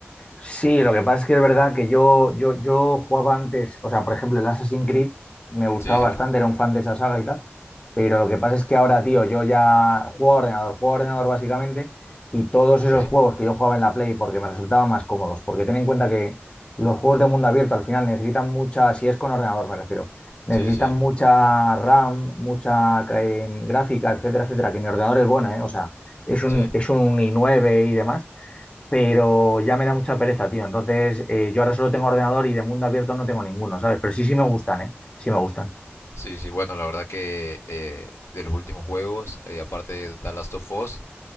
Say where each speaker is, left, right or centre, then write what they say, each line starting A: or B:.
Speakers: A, on the left; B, on the left.
A: Sí, lo que pasa es que es verdad que yo, yo, yo jugaba antes, o sea, por ejemplo, el Assassin's Creed me gustaba
B: Sí, sí,
A: bastante, era un fan de esa saga y tal, pero lo que pasa es que ahora, tío, yo ya juego a ordenador, juego a ordenador básicamente, y todos
B: ok.
A: esos juegos que yo jugaba en la Play porque me resultaban más cómodos, porque ten en cuenta que los juegos de mundo abierto al final necesitan mucha, si es con ordenador me refiero, necesitan
B: Sí, sí,
A: mucha RAM, mucha eh, gráfica, etcétera, etcétera, que mi ordenador es bueno, ¿eh? O sea, es un,
B: sí.
A: es un i9 y demás pero ya me da mucha pereza, tío. Entonces, eh, yo ahora solo tengo ordenador y de mundo abierto no tengo ninguno, ¿sabes? Pero sí, sí me gustan, ¿eh? Sí me gustan.
B: Sí, sí, bueno, la verdad que eh, de los últimos juegos, eh, aparte de The Last of Us,